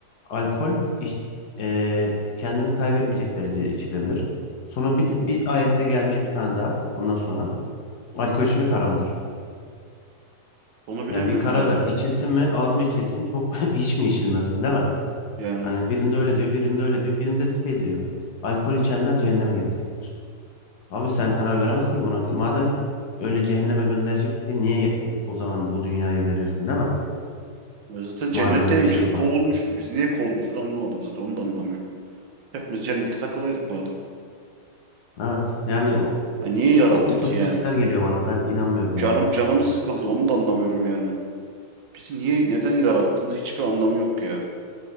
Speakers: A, on the left; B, on the right.
A: Alkol iç- e, kendini kaybetmeyecek derecede içilebilir. Sonra
B: Hı
A: bir,
B: hı.
A: bir ayette gelmiş bir tane daha. Ondan sonra alkol içmek haramdır.
B: Onu bilemiyoruz
A: Yani bir karar
B: ya.
A: ver. İçilsin mi, az mı içilsin, çok <laughs> hiç mi içilmesin, değil mi?
B: Yani
A: Hani birinde öyle diyor, birinde öyle diyor, birinde de şey diyor. Alkol içenler cehenneme gidecektir. Abi sen karar veremezsin ki buna. Madem öyle cehenneme gönderecek bir şey niye ya- o zaman bu dünyayı veriyorsun değil mi?
B: Ya zaten cennetteymişiz,
A: Madem öyle bir şey
B: kovulmuşuz.
A: var.
B: Biz niye kovulmuşuz anlamadım zaten onu da anlamıyorum. Hepimiz cennette takılaydık madem.
A: Evet. Yani o-
B: Ay niye yarattın
A: çok ütopik
B: ki yani?
A: şeyler geliyor bana. Ben inanmıyorum
B: Canım
A: yani.
B: canımı sıkıldı onu da anlamıyorum yani. Bizi niye neden yarattığını hiçbir anlamı yok ya.